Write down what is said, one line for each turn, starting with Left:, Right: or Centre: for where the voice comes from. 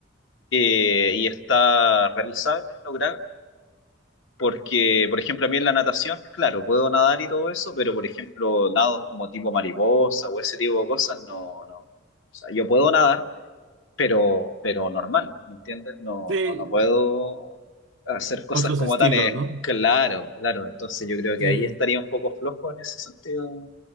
Left: eh, y está realizable, lograr. Porque, por ejemplo, a mí en la natación, claro, puedo nadar y todo eso, pero por ejemplo, nados como tipo mariposa o ese tipo de cosas, no, no. O sea, yo puedo nadar, pero, pero normal, ¿me entiendes? No,
Right: Sí,
Left: no, no puedo hacer cosas
Right: otros
Left: como
Right: estilos,
Left: tan... eh,
Right: ¿no?
Left: Claro, claro, entonces yo creo
Right: Sí.
Left: que ahí estaría un poco flojo en ese sentido.